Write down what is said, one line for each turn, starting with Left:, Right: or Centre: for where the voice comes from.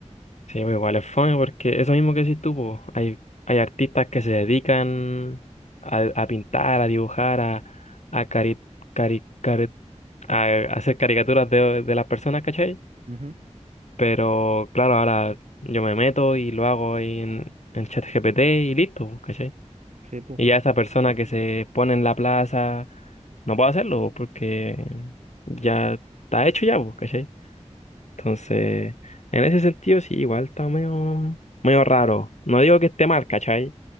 Left: Sí, pues igual es fome porque eso mismo que decís tú, po, hay, hay artistas que se dedican a, a pintar, a dibujar, a, a, cari- cari- cari- a hacer caricaturas de, de las personas, ¿cachai?
Right: Ujú.
Left: Pero claro, ahora yo me meto y lo hago ahí en, en ChatGPT y listo, pues, ¿cachai?
Right: Sí, pues.
Left: Y ya esa persona que se pone en la plaza no puede hacerlo pues, porque ya está hecho ya, pues, ¿cachai? Entonces, en ese sentido sí, igual está medio, medio raro. No digo que esté mal, ¿cachai?